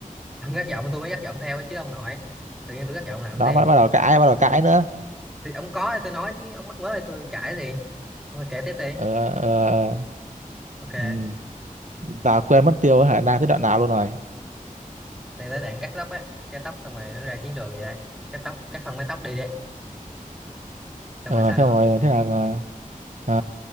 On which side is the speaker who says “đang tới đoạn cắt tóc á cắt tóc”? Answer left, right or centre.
Centre